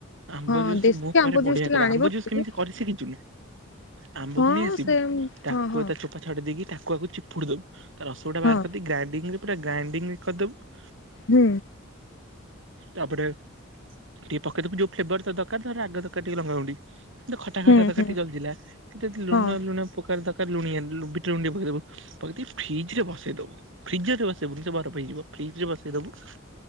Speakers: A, on the right (about 65°); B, on the left (about 65°).
A: ଆମ୍ବ
B: ହଁ
A: ଜୁସ୍
B: ଦେଶୀ
A: ମୁଁ
B: ଆମ୍ବ
A: କରେ ବଢିଆ
B: ଜୁସ୍ ଟିକେ
A: କରେ।
B: ଆଣିବ
A: ଆମ୍ବ ଜୁସ୍
B: ପିଇବୁ
A: କେମିତି କରିଶିଖିଛୁ କି? ଆମ୍ବକୁ
B: ହଁ
A: ନେଇ ଆସିବୁ
B: ସେ
A: ଟାକୁଆ
B: ହଁ ହଁ
A: ତା ଚୋପ୍ ପା ଛଡେଇ ଦେଇକି ଟାକୁଆକୁ ଚିପୁଡ଼ି ଦେବୁ ତା ରସଗୁଡା
B: ହଁ
A: ବାହାର କରିଦେଇକି ଗ୍ରାଇଡିଙ୍ଗ ରେ ପୁରା ଗ୍ରାଇଣ୍ଡିଙ୍ଗ କରଦବୁ
B: ହୁଁ।
A: ତାପରେ ଟିକେ ପକେଇଥିବ ଯୋଉ ଫ୍ଲେବର ତ ଦରକାର ଧ ରାଗ ଦରକାର ଟିକେ ଲଙ୍କା ଗୁଣ୍ଡି। ମତେ ଖଟା ଖଟା
B: ହୁଁ
A: ଦରକାର
B: ହୁଁ
A: ଟିକେ ଜଲଦିଲା ଟିକେ ଲୁଣ
B: ହଁ
A: ଲୁଣ ପକାରୁ ତରକାର ଲୁଣିଆ ଲୁ ବିଟା ଲୁଣ ଟିକେ ପକେଇଦବୁ ପକେଇଦେଇ ଫ୍ରିଜରେ ବସେଇ ଦବୁ ଫ୍ରିଜରରେ ବସେଇବୁ ନି ସେ ବାରଫ୍ ହେଇଯିବ ଫ୍ରିଜ୍ ରେ ବସେଇ ଦବୁ